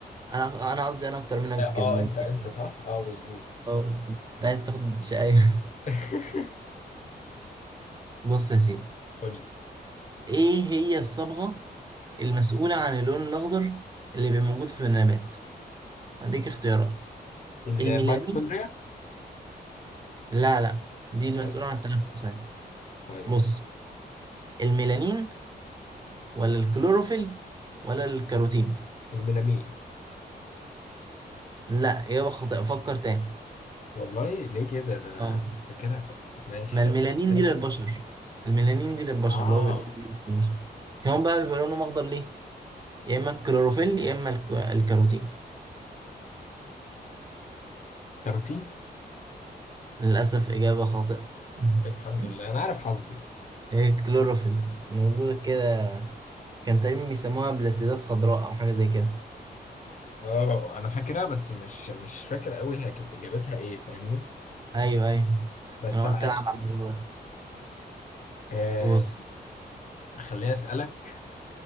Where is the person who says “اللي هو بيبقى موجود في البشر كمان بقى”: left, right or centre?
Right